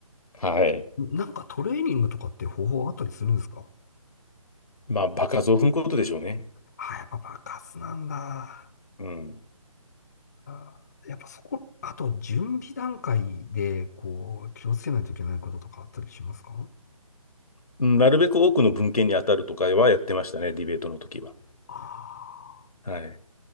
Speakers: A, on the left; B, on the left.
A: はい。
B: なんかトレーニングとかって方法あったりするんですか
A: まあ、場数を踏むことでしょうね。
B: あ、やっぱ爆発なんだ。
A: うん。
B: あやっぱそこ、あと準備段階で、こう、気をつけないといけないこととかあったりしますか
A: うんなるべく多くの文献に当たるとかはやってましたね、ディベートの時は。
B: ああ
A: はい。